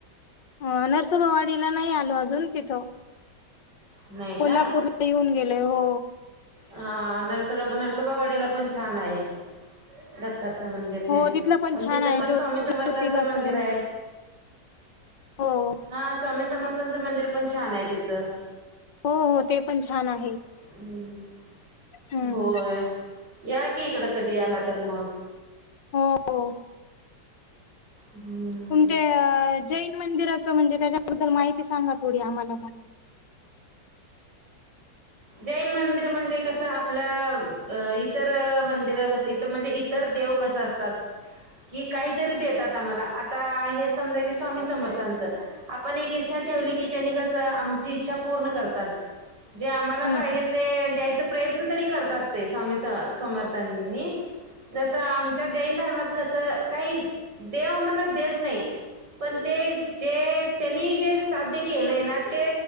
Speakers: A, on the left; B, on the right.
A: अ नरसोबावाडीला नाही आलो अजून तिथं.
B: नाही
A: कोल्हापूर
B: का
A: ला येऊन गेलोय हो.
B: हा नरसोबा नरसोबावाडीला पण छान आहे. दत्ताचं मंदिर
A: हो
B: ते,
A: तिथलं पण
B: अण
A: छान
B: तिथं
A: आहे
B: पण
A: ज्यो
B: स्वामी समर्थांचं
A: ज्योतिबाचं
B: मंदिर ये.
A: हो.
B: हा स्वामी समर्थांचं मंदिर पण छाने तिथं.
A: हो हो ते पण छान आहे
B: <inaudible> ह्
A: हम्म
B: होय या कि इकडं कधी आला तर मग.
A: हो ओ.
B: हम्म.
A: तुमच्या जैन मंदिराचं, म्हणजे त्याच्याबद्दल माहिती सांगा थोडी आम्हाला?
B: जैन मंदिर म्हणजे कस. आपल्या अ इतर मंदिर कस इत म्हणजे इतर देव कसं असत त. कि काहीतरी देतात आम्हाला. आता हे समजा की, स्वामी समर्थांचं. आपण एक इच्छा ठेवली की त्यांनी कस, आमची इच्छा पूर्ण करतात. जे आम्हाला
A: हम्म
B: पाहिजे ते द्यायचा प्रयत्न तरी करतात ते. स्वामी समर्थांनी. जसं आमच्या जैन धर्मात कसं, काही देव आम्हाला देतं नाही. पण ते जे त्यांनी जे साध्य केलंय ना ते